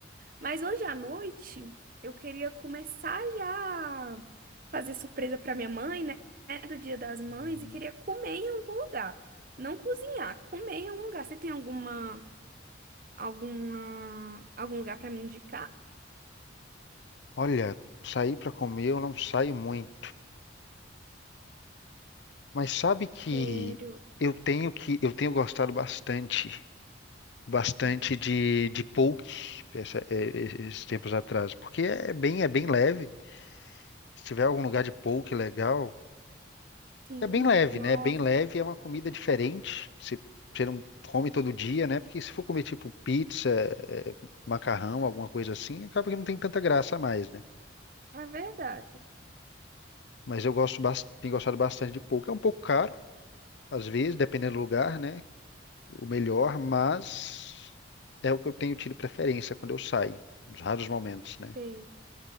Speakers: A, on the right (about 45°); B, on the left (about 65°).
A: Mas hoje à noite eu queria começar já a fazer surpresa para minha mãe, né? Do Dia das Mães
B: hum.
A: e queria comer em algum lugar. Não cozinhar, comer em algum lugar. Você tem alguma alguma algum lugar para me indicar?
B: Olha, sair para comer eu não saio muito, mas sabe que
A: Sério?
B: eu tenho que eu tenho gostado bastante, bastante
A: Hum.
B: de, de poke essa- é, é, esses tempos atrás, porque é bem é bem leve. Se tiver algum lugar de poke legal,
A: Sim,
B: É bem leve,
A: nossa,
B: né? É bem leve, é uma comida diferente. Você, você não come todo dia, né? Porque se for comer tipo pizza, eh, macarrão, alguma coisa assim, acaba que não tem tanta graça a mais, né?
A: é verdade.
B: Mas eu gosto, bas- tenho gostado bastante de pouco. É um pouco caro, às vezes, dependendo do lugar, né? O melhor, mas é o que eu tenho tido preferência quando eu saio, nos raros momentos, né?
A: Sim.